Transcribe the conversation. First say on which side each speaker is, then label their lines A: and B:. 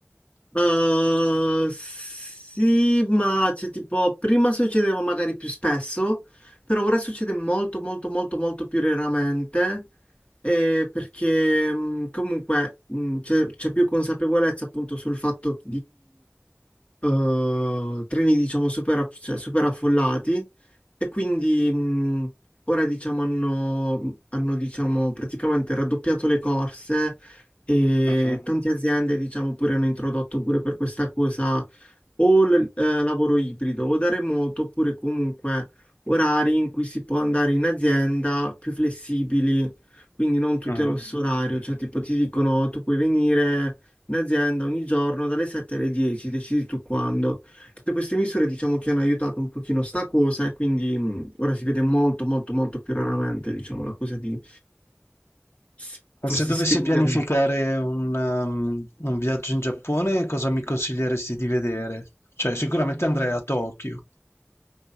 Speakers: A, on the left; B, on the left.
A: Uh, sì, ma c'è tipo, prima succedeva magari più spesso, però ora succede molto, molto, molto, molto più raramente, eh, perché mh, comunque mh, c'è c'è più consapevolezza appunto sul fatto eh, treni diciamo super, aff- cioè, super affollati e quindi mh, ora diciamo hanno, hanno diciamo praticamente raddoppiato le corse e
B: Mhm,
A: tante aziende diciamo pure hanno introdotto pure per questa cosa o l- eh, lavoro ibrido o da remoto, oppure comunque orari in cui si può andare in azienda più flessibili, quindi non tutti
B: mhm.
A: allo stesso orario, cioè tipo ti dicono tu puoi venire in azienda ogni giorno dalle 7 alle 10, decidi tu quando. Tutte queste misure diciamo che hanno aiutato un pochino sta cosa e quindi mh, ora si vede molto molto molto più raramente diciamo la cosa di s- farsi
B: Se dovessi
A: spingere.
B: pianificare un, um, un viaggio in Giappone, cosa mi consiglieresti di vedere? Cioè, sicuramente andrei a Tokyo.